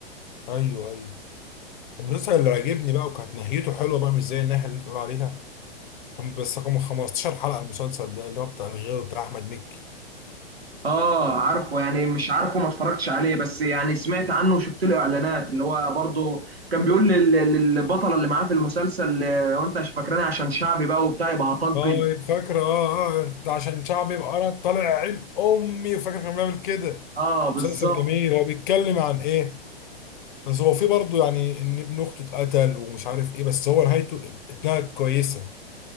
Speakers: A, on the left; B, on the right.
A: ايوه ايوه المسلسل اللي عجبني بقى وكانت نهايته حلوه بقى مش زي الناحيه اللي انت بتقول عليها كان بس رقم 15 حلقه المسلسل ده اللي هو بتاع الغاوي بتاع احمد مكي
B: اه عارفه يعني مش عارفه ما اتفرجتش عليه بس يعني سمعت عنه وشفت له اعلانات اللي هو برضه كان بيقول لل- لل- للبطلة اللي معاه في المسلسل آه، وانت مش فاكراني عشان شعبي بقى وبتاع يبقى هطجن
A: طيب فاكره اه اه ده عشان شعبي يبقى انا طالع عين امي فاكر كان بيعمل كده
B: اه بالظبط
A: مسلسل جميل هو بيتكلم عن ايه بس هو في برضه يعني ان ابن اخته اتقتل ومش عارف ايه بس هو نهايته اتنهت كويسه